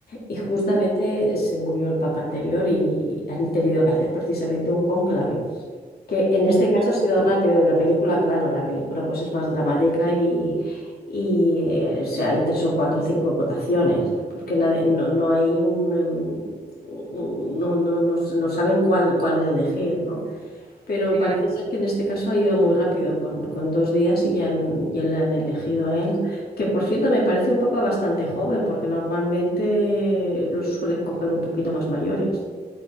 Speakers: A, on the left; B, on the right.
A: y justamente
B: Ujú.
A: se murió el papa anterior y han tenido que hacer precisamente un cónclave. Que en este
B: Ujú,
A: caso ha sido rápido. En la película, claro, la película pues es más dramática y, y, eh, o sea, hay tres o cuatro o cinco votaciones, porque nadie- no, no hay un, em, un- no, no, no s- no saben cuál, cuál elegir, ¿no? Pero
B: claro.
A: parece ser que en este caso ha ido muy rápido, con, con dos días y ya, han- ya le han elegido a él. Que por cierto me parece un papa bastante joven, porque normalmente los suelen coger un poquito más mayores.